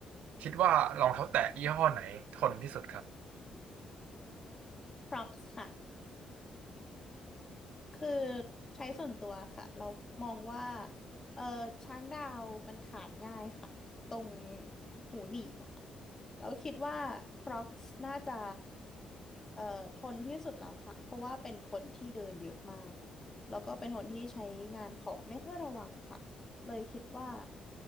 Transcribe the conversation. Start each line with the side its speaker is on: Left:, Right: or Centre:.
Right: คิดว่ารองเท้าแตะยี่ห้อไหนทนที่สุดครับ
Left: Crocs ค่ะ คือใช้ส่วนตัวค่ะเรามองว่าเออช้างดาวมันขาดง่ายค่ะตรงหูหนีบอะค่ะเราคิดว่าคร o อกซ์น่าจะเอ่อทนที่สุดแล้วค่ะเพราะว่าเป็นคนที่เดินเยอะมากแล้วก็เป็นคนที่ใช้งานของไม่ค่อยระวังค่ะเลยคิดว่า